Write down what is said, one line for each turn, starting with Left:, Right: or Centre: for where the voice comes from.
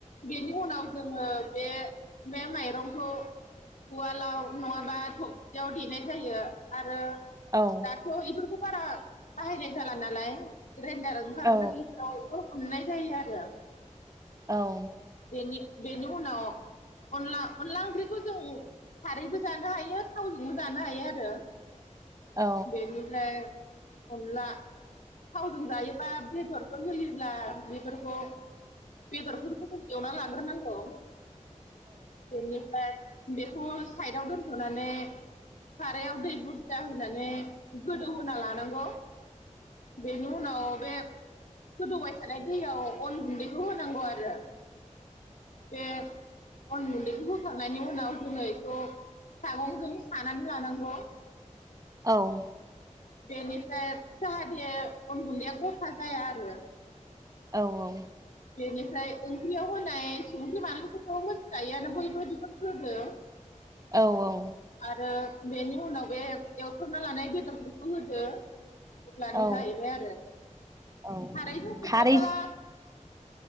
Left: बेनि उनाव जोङो बे बे माइरंखौ उवालाव नङाबा थबसियाव देनाय जायो आरो
Right: औ
Left: दाथ' इफोरखो बारा बाहायनाय जाला नालाय रेनदार ओंखारदों
Right: औ
Left: इफोरावबो उननाय जायो आरो।
Right: औ
Left: जेनि बेनि उनाव अनला अनला ओंख्रि खौ जों खारैबो जानो हायो थावजोंबो जानो हायो आरो
Right: अ औ
Left: बेनिफ्राय अनला थावजों जायोबा बेदरफोर होयोब्ला बेफोरखौ बेदरफोरखौ जों एवना लाग्रोनांगौ बेनिफाय बेखौ साइडआव दोनथ'नानै सारायाव दै बुदजा हो होनानै गोदौ होना लानांगौ बेनि उनाव बे गोदौबाय थानाय दैयाव अन गुन्दैखौ होनांगौ आरो। जे अन गुन्दैखौ होखांनायनि उनाव जोङो इखौ सागंजों सानानै लानांगौ
Right: औ
Left: बेनिफ्राय जाहाथे अन गुन्दैया गथा जाया आरो
Right: औ औ
Left: बेनिफ्राय ओंख्रियाव होनाय संख्रि बानलुखौथ' मोनथिखायोआनो बयबो बिखौनो होदो।
Right: औ औ
Left: आरो बेनि उनाव बे एवथ'ना लानाय बेदरफोरखौ होदो अब्लानो
Right: औ
Left: जाहैबाय आरो
Right: औ
Left: खारै थावखौबो
Right: खारै
Left: बारा